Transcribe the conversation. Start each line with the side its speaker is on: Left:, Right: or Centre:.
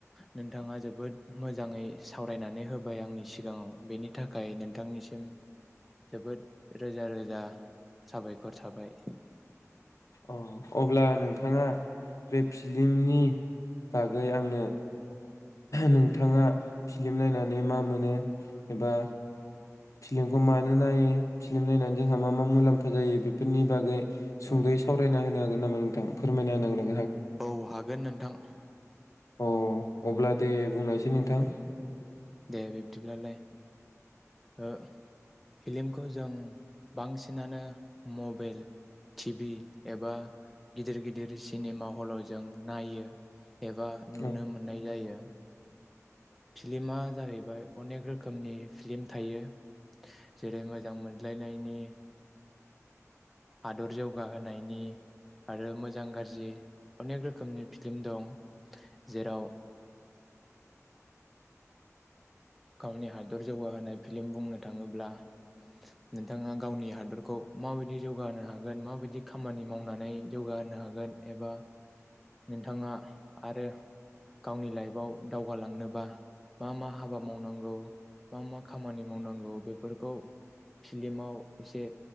Centre: नोंथाङा जोबोद मोजाङै सावरायनानै होबाय आंनि सिगाङाव बेनि थाखाय नोंथांनिसिम जोबोद रोजा रोजा साबायखर थाबाय।
Left: अ अब्ला नोंथाङा बे फिलिमनि बागै आंनो नोंथाङा फिलिम नायनानै मा मोनो एबा फिलिमखौ मानो नायो फिलिम नायनानै जोंहा मा मा मुलाम्फा जायो बेफोरनि बागै सुंद'यै
Centre: औ
Left: सावरायना होनो गोन नामा नोंथां फोरमायना <unintelligible>
Centre: औ हागोन नोंथां। <inaudible>
Left: अ अब्ला दे बुंनायसै नोंथां।
Centre: दे बिब्दिब्लालाय ओ फिलिमखौ जों बांसिनानो मबाइल टि भि एबा गिदिर गिदिर सिनेमा हलाव जों नायो। एबा नुनो
Left: औ
Centre: मोननाय जायो। फिलिमा जाहैबाय अनेक रोखोमनि फिलिम थायो जेरै मोजां मोनज्लायनायनि । हादर जौगाहोनायनि आरो मोजां गाज्रि अनेक रोखोमनि फ्इल्म दं जेराव गावनि हादर जौगाहोनाय फिलिम बुंनो थाङोब्ला नोंथाङा गावनि हादरखौ माबायदि जौगाहोनो हागोन माबायदि खामानि मावनानै जौगाहोनो हागोन एबा नोंथाङा आरो गावनि लाइफआव दावगालांनोबा मा मा हाबा मावनांगौ मा मा खामानि मावनांगौ बेफोरखौ फिलिमाव एसे